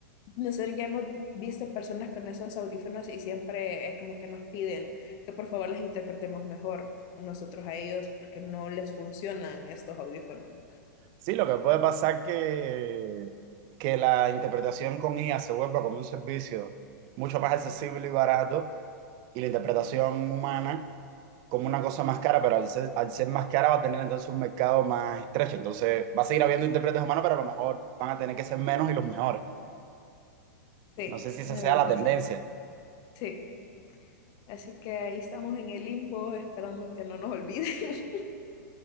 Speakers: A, on the left (about 40°); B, on the right (about 40°).
A: nosotros ya hemos visto personas con esos audífonos y siempre es como que nos piden que por favor les interpretemos mejor nosotros a ellos porque no les funcionan estos audífonos.
B: Sí, lo que puede pasar que que la interpretación con IA se vuelva como un servicio mucho más accesible y barato y la interpretación humana como una cosa más cara, pero al ser, al ser más cara va a tener entonces un mercado más estrecho. Entonces va a seguir habiendo intérpretes humanos, pero a lo mejor van a tener que ser menos y los mejores.
A: Sí,
B: No sé si esa
A: de
B: sea
A: verdad,
B: la tendencia.
A: sí. Sí. Así que ahí estamos en el limbo esperando que no nos olviden. <laughs>